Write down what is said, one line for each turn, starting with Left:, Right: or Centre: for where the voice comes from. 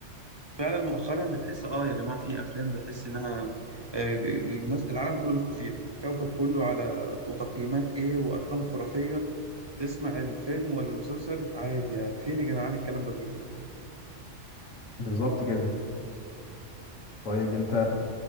Right: فعلا مؤخرا بتحس اه يا جماعه في افلام بحس انها آه، الناس العالم كله بيشكر فيها الكوكب كله على وتقييمات ايه وارقام خرافيه تسمع الفيلم ولا المسلسل عادي يعني فين يا جدعان الكلام ده كله
Left: بالظبط كده طيب انت